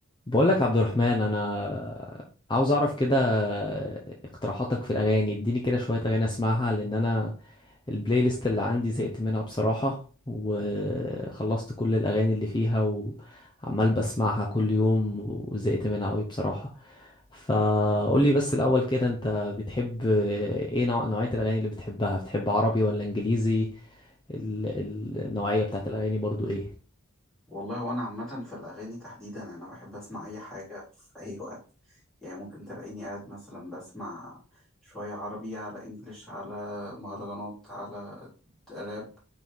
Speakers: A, on the left; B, in the centre.
A: بقول لك عبد الرحمن انا عاوز اعرف كده اقتراحاتك في الاغاني اديني كده شوية اغاني اسمعها لان انا البلاي ليست اللي عندي زهقت منها بصراحة وخلصت كل الاغاني اللي فيها وعمال بسمعها كل يوم وزهقت منها قوي بصراحة فقول لي بس الاول كده انت بتحب ايه نوع نوعية الاغاني اللي بتحبها بتحب عربي ولا انجليزي ال- ال- النوعية بتاعت الاغاني برضو ايه
B: والله وانا عامة في الاغاني تحديدا يعني انا بحب اسمع اي حاجة في اي <laughs> وقت يعني ممكن تلاقيني قاعد مثلا بسمع شوية عربي على انجليش على مهرجانات على راب